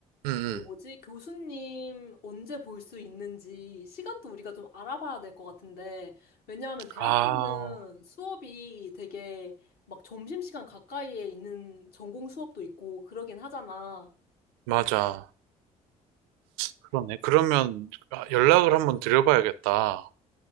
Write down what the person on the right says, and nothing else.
음.
아,
맞아. 그러네. 그러면 아, 연락을 한번 드려봐야겠다.